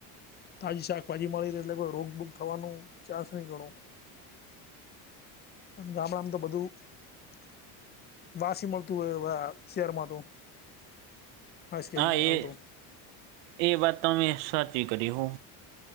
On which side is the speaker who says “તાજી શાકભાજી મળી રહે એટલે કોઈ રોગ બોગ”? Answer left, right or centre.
Left